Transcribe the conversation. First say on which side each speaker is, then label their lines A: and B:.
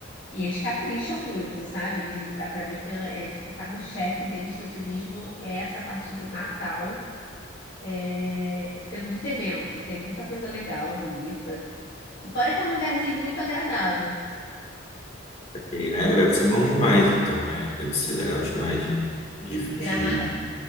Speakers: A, on the left (about 60°); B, on the left (about 35°).
A: e eles capricham muito, sabe? Eles, dá para ver que é, é, tipo o carro-chefe deles do turismo é essa parte do Natal. É, e tem muito evento, tem muita coisa legal, bonita. E fora que é um lugarzinho muito agradável.
B: ok, né? Deve ser bom demais, então, né? Deve ser legal demais de, de, de,
A: Gramado,